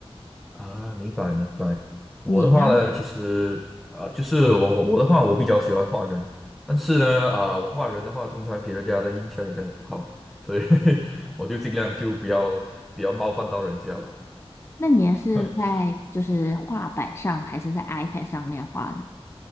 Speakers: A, in the centre; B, on the left.
A: 啊，明白明白。我的话呢，
B: 你呢？
A: 其实啊，就是我我的话，我比较喜欢画人，但是呢，啊，我画人的话，通常给人家的印象应该不好，所以 <laughs> 我就尽量就不要不要冒犯到人家吧。
B: 那你是在就是画板上还是在
A: <laughs>
B: iPad 上面画呢？